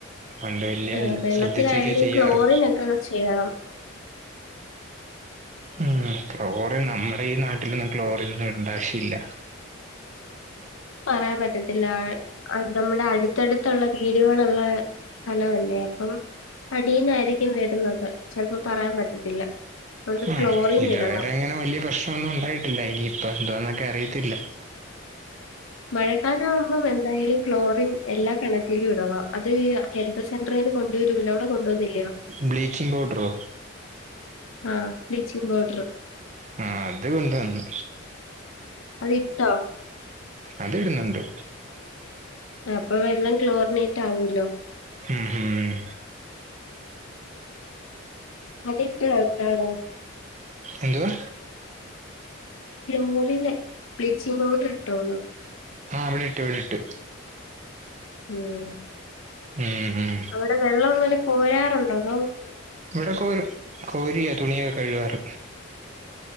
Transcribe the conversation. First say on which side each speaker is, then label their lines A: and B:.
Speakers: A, on the right; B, on the left.
A: അതുകൊണ്ട് വലിയ
B: ആ വെള്ളത്തിലായാലും
A: ശ്രദ്ധിച്ചൊക്കെ ചെയ്യാറ്
B: ക്ലോറിൻ ഒക്കെ ചെയ്യണം
A: ഉം ക്ലോറിൻ നമ്മടെ ഈ നാട്ടിലൊന്നും ക്ലോറിൻ ഇടേണ്ട ആവശ്യ ഇല്ല
B: പറയാൻ പറ്റത്തില്ല നമ്മുടെ അടുത്തടുത്തുള്ള വീടുകളുള്ള സ്ഥലംല്ലേ അപ്പം അടീന്നായിരിക്കും വരുന്നത് ചെൽപ്പം പറയാൻ പറ്റത്തില്ല ഒന്ന്
A: ആഹ്
B: ക്ലോറിൻ
A: ഇതുവരെ
B: ഇടണം
A: അങ്ങനെ വലിയ പ്രശ്നൊന്നും ഉണ്ടായിട്ടില്ല ഇനിയിപ്പ എന്ദോന്നക്കെ അറിയത്തില്ല
B: മഴക്കാലം ആവുമ്പം എന്തായാലും ക്ലോറിൻ എല്ലാ കെണറ്റിലും ഇടണം അത് ഹെൽത്ത് സെന്ററേന്ന് കൊണ്ടുവരുല്ലോ അവിടെ കൊണ്ടുവന്നില്ലേ
A: ബ്ലീച്ചിംഗ് പൗഡറോ
B: ആഹ് ബ്ലീച്ചിങ് പൗഡറ്
A: ആഹ അത് കൊണ്ടുവന്ന്
B: അതിട്ടോ
A: അത് ഇടുന്നുണ്ട്
B: അപ്പം എല്ലാം ക്ലോറിനെ റ്റാഉഅല്ലോ
A: മ് ഹ്മ്
B: അത് ഇട്ട വല്ലാടോ
A: എന്തുവാ
B: <unintelligible> ബ്ലീച്ചിങ് പൗഡർ ഇട്ടോന്ന്
A: ആഹ് ഇവിടെ ഇട്ട് ഇവിടെ ഇട്ട്
B: ഉം
A: ഉം ഉം
B: അവിടെ വെള്ളം ഇങ്ങനെ കോയാ ട്ടുണ്ടതോ
A: ഇവിടോക്കെ ഒരു കോരിയാ തുണിയൊക്കെ കയിവാറ്